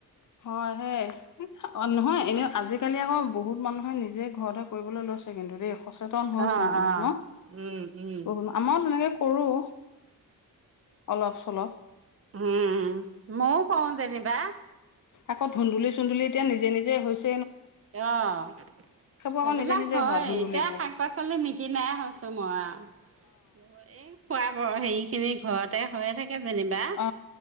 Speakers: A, on the left (about 55°); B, on the right (about 40°).
A: হয় হেই নহয় এনে। আজিকালি আকৌ বহুত মানুহে নিজে ঘৰতে কৰিবলৈ লৈছে কিন্তু দেই। সচেতন হৈছে
B: অ
A: মানুহ
B: অ
A: নহ
B: উম উম
A: বহু আমাৰ তেনেকে কৰোঁ। অলপ চলপ।
B: উম মও কৰোঁ যেনিবা।
A: আকৌ ধুন্দুলি চুন্দুলি এতিয়া নিজে নিজে হৈ হৈছে।
B: অহ।
A: সেইবোৰ
B: সেইবিলাক
A: আকৌ নিজে নিজে
B: হয়
A: হোৱা ধুন্দুলিবোৰ
B: এতিয়া শাক পাচলি নিকিনাই হৈছোঁ মই আও। অ এ খোৱা বৰ হে খিনি ঘৰতে হৈয়ে থাকে। কে যেনিবা
A: অ